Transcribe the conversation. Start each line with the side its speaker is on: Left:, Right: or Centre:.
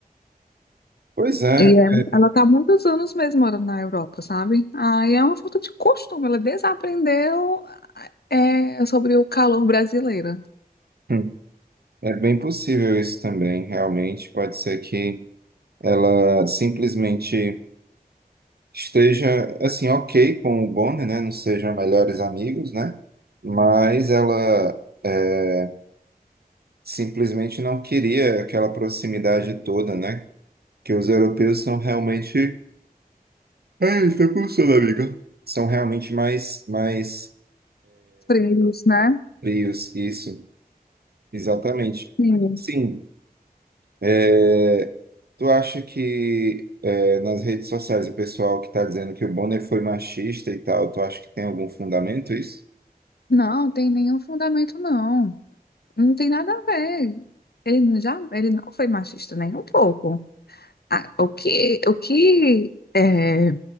Right: Pois é,
Left: E é-
Right: é,
Left: ela está há muitos anos mesmo morando na Europa, sabe? Aí é uma falta de costume, ela desaprendeu é, sobre o calor brasileiro.
Right: Hum, É bem possível isso também, realmente. Pode ser que ela simplesmente esteja assim ok com o Bonnie, né? Não sejam melhores amigos, né? Mas ela é, simplesmente não queria aquela proximidade toda, né? Que os europeus são realmente Ai, tá pulsando, amiga. são realmente mais mais
Left: frios, né?
Right: frios, isso, exatamente.
Left: Sim.
Right: Sim, é, tu acha que é, nas redes sociais o pessoal que está dizendo que o Bonner foi machista e tal, tu acha que tem algum fundamento isso?
Left: Não, tem nenhum fundamento, não. Não tem nada a ver. Ele já, ele não foi machista nem um pouco. Ah, o que, o que é,